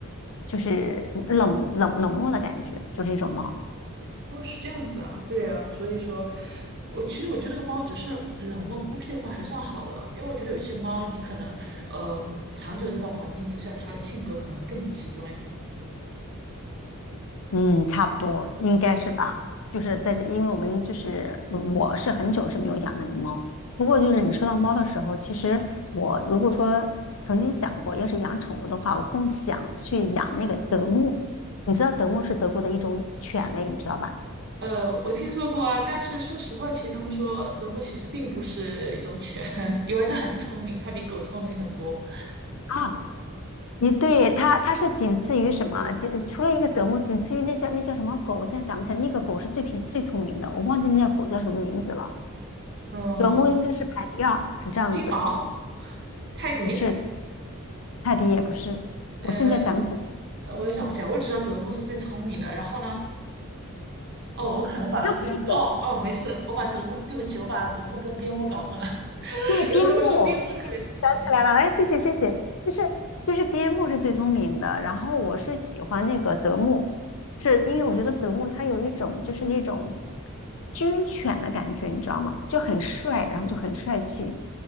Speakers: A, on the left; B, on the right.
A: 就是怎么冷冷冷漠的感觉，就是一种猫。
B: 哦，是这样子啊，对啊，所以说，我其实我觉得那个猫只是冷漠孤僻的话还算好了，因为我觉得有些猫你可能，呃，长久这种环境之下，它的性格可能会更极端一点。
A: 嗯，差不多应该是吧。就是在这，因为我们就是嗯我是很久是没有养那个猫。不过就是你说到猫的时候，其实我如果说曾经想过，要是养宠物的话，我更想去养那个德牧。你知道德牧是德国的一种犬类，你知道吧？
B: 呃，我听说过啊，但是说实话，其实他们说德牧其实并不是一种犬，<laughs> 因为它很聪明，它比狗聪明很多。
A: 啊，你对它，它是仅次于什么？仅除了一个德牧，仅次于那叫那叫什么狗？我现在想不起来，那个狗是最偏最聪明的，我忘记那叫狗叫什么名字了。
B: 嗯，
A: 德牧应该是排第二，是这样子。
B: 金毛、泰迪，
A: 不是，泰迪也不是，
B: 呃，
A: 我现在想不起来，
B: 那我也想不起来，我只知道德牧是最聪明的，然后呢？哦，我可能把它跟哦哦没事，
A: 好像不是德牧，
B: 我把德牧，对不起，我把德牧跟边牧搞混了，<laughs>
A: 对，边牧，
B: 因为他们说边牧特别聪
A: 想起来了，哎，谢谢谢谢，
B: 明，
A: 就是就是边牧是最聪明的，然后我是喜欢那个德牧，是因为我觉得德牧它有一种就是那种军犬的感觉，你知道吗？就很帅，然后就很帅气，